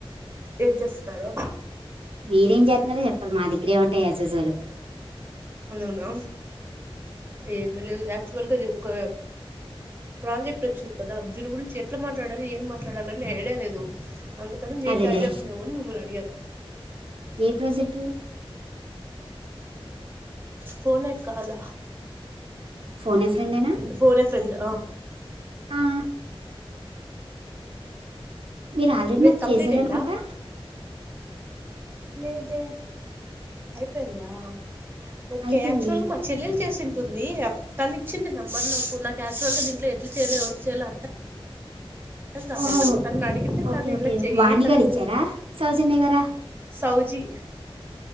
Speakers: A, on the right (about 20°); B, on the right (about 65°).
A: ఏం చేస్తున్నారు
B: మీరేం జేత్తున్నారో చెప్పాలి మాది ఏముంటాయి ఆజ్యూజ్వాల్
A: నేనా ఏమీలేదు వా ఆక్చువల్గా అది ఒక ప్రాజెక్ట్ వచ్చింది కదా దీని గురించి ఎట్లా మాట్లాడాలి ఏం మాట్లాడాలి అని ఐడియా లేదు అందుకనీ మీక్
B: అదేలే
A: ఐడియా ఉందేమో అని మిమ్మల్ని అడిగాను
B: ఏ ప్రాజెక్టు
A: ఫోన్ ఏ కాలా
B: ఫోన్ ఏ ఫ్రెండేనా
A: ఫోన్ ఏ ఫ్రెండ్
B: ఆ మీరు ఆల్రెడీ
A: మీది
B: నాకు
A: కంప్లీట్
B: చేసారు
A: అయిందా
B: అనుకుంటా
A: లేదే అయిపోయిందా ఓకే
B: అయిపోయింది
A: యాక్చువల్ గా మా చెల్లెలు చేసిన్ టుంది తను ఇచ్చింది నెంబర్ నాకు నాకు యాచువల్ గా దీంట్లో ఎట్లా చేయలో ఎవరికి చేయలో అర్ ర్థం కాలేదు
B: ఓహో
A: తను అడిగితే
B: ఓకే
A: తను
B: ఓకే
A: ఇలా చెయ్యి
B: వాణి
A: తను
B: గారు ఇచ్చారా సౌజన్య గారా
A: సౌజీ